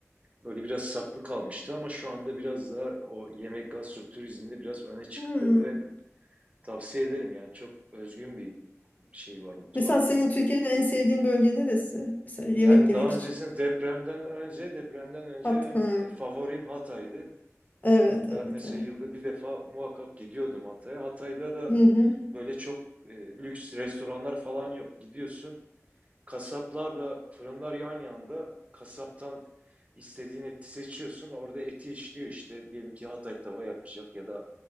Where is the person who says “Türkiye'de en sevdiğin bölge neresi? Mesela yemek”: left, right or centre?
Left